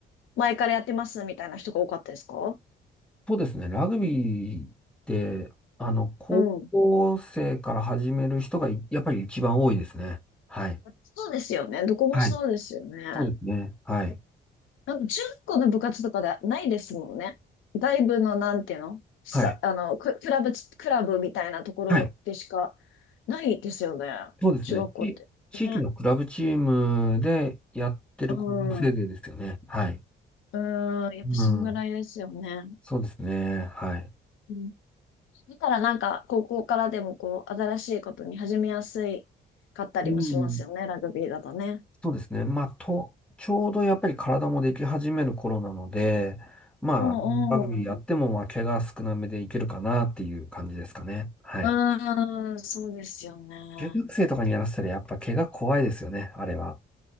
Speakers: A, on the left; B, in the centre.
A: 前からやってますみたいな人が多かったですか
B: そうですね。ラグビーって、あの、高校生から始める人がいやっぱり一番多いですね。
A: うん。
B: はい。
A: そうですよね。どこもそうですよね。
B: はい。そうですね。はい。
A: なん10個の部活とかではないですもんね。外部のなんていうのさ、
B: はい。
A: あの、ク、クラブクラブみたいなところでしか
B: はい。
A: ないですよね。
B: そうですね。
A: 中学校って。
B: 地地域のクラブチームでやってる子もせいぜいですよね。
A: ね。うん。
B: はい。
A: うん。やっぱそんぐらいですよね。
B: うん。そうですね。はい。
A: うん。だからなんか、高校からでもこう、新しいことに始めやすいかったりもしますよね。
B: うん。
A: ラグビーだとね。
B: そうですね。まあ、と、ちょうどやっぱり体もでき始める頃なので、まあ、
A: うんうん。
B: ラグビーやっても、まあ、怪我少なめでいけるかなっていう感じですかね。はい。
A: うん、そうですよね。
B: 中学生とかにやらせたら、やっぱ怪我怖いですよね、あれは。